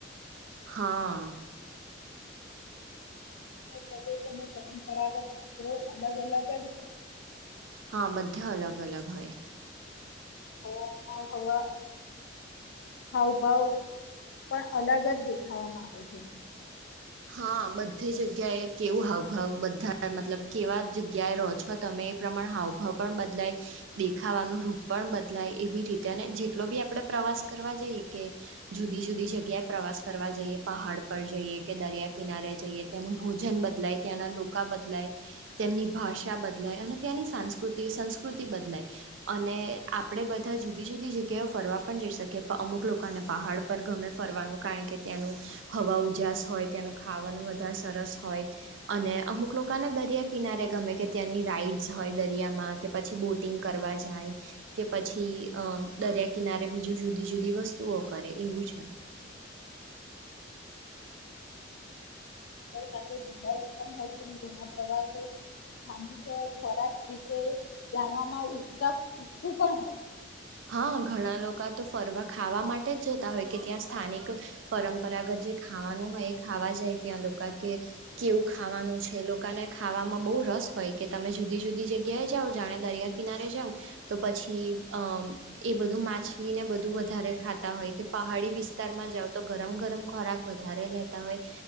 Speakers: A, on the right; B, on the left.
A: હા
B: પ્રદેશોમાં પરંપરાગત વસ્ત્રો અલગ અલગ જ હોય.
A: હા બધા અલગ અલગ હોય.
B: હવા હાવભાવ પણ અલગ જ દેખાવામાં આવે છે.
A: હા બધી જગ્યાએ કેવું હાવભાવ બધા મતલબ કેવા જગ્યાએ રહો છો તમે એ પ્રમાણે હાવભાવ પણ બદલાય દેખાવાનું રૂપ પણ બદલાય એવી રીતે અને જેટલો બી આપણે પ્રવાસ કરવા જઈએ કે જુદી જુદી જગ્યાએ પ્રવાસ કરવા જઈએ પહાડ પર જઈએ કે દરિયા કિનારે જઈએ ત્યાંનું ભોજન બદલાય ત્યાંના લોકો બદલાય, તેમની ભાષા બદલાય અને ત્યાંની સાસ્કૃ સંસ્કૃતિ બદલાય, અને આપણેે બધા જુદી જુદી જગ્યાઓ ફરવા પણ જઈ શકીએ અમુક લોકોને પહાડ પર ગમે ફરવાનું કારણ કે ત્યાંનું, હવા ઉજ હોય ત્યાંનું ખાવાનું વધારે સરસ હોય, અને અમુક લોકોને દરિયા કિનારે ગમે કે ત્યાંની રાઈડસ હોય દરિયામાં કે પછી બોટિંગ કરવા જાય, કે પછી અ દરિયા કિનારે બીજું જુદી જુદી વસ્તુઓ કરે એવું છે.
B: ાય હોય છે ઘણા પ્રવાસો, સ્થાનિક ખોરાક વિ જાણવામાં ઉ તું પણ હોય.
A: હા ઘણા લોકો તો ફરવા ખાવા માટે જ જતા હોય કે ત્યાં સ્થાનિક, પરંપરાગત જે ખાવાનું હોય એ ખાવા જાય ત્યાં લોકો કે, કેવું ખાવાનું છે લોકોને ખાવામાં બહુ રસ હોય કે તમે જુદી જુદી જગ્યાએ જઓ જાણે દરિયા કિનારે જાવ. તો પછી અમ એ બધું માછલીને બધું વધારે ખાતા હોય કે પહાડી વિસ્તારમાં જાવ તો ગરમ ગરમ ખોરાક વધારે લેતા હોય,